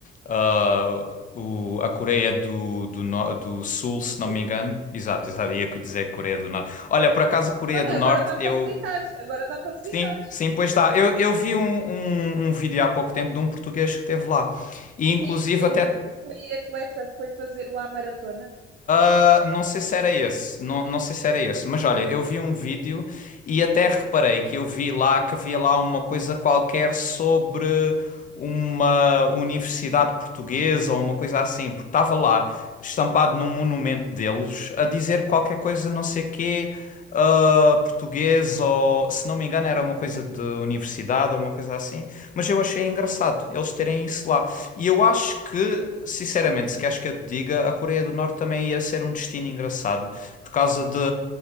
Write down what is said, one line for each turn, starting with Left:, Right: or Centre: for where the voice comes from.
Left: ah, o, a Coreia do, do, no- do Sul, se
Right: do Sul.
Left: não me engano. Exato, exato, ia dizer Coreia do Norte. Olha, por acaso, a Coreia
Right: Olha,
Left: do Norte,
Right: agora dá
Left: eu.
Right: para visitares, agora dá para visitares.
Left: Sim, sim, pois dá. Eu, eu vi um, um, um vídeo há pouco tempo de um português que esteve lá. E inclusive
Right: Sim, eu
Left: até
Right: fui atleta, foi fazer lá a maratona.
Left: Ah, não sei se era esse, não, não sei se era esse, mas olha, eu vi um vídeo e até reparei que eu vi lá que havia lá uma coisa qualquer sobre uma universidade portuguesa ou uma coisa assim, porque estava lá estampado num monumento deles a dizer qualquer coisa, não sei quê, ah, português ou se não me engano era uma coisa de universidade ou uma coisa assim, mas eu achei engraçado eles terem isso lá. E eu acho que, sinceramente, se queres que eu te diga, a Coreia do Norte também ia ser um destino engraçado, por causa de,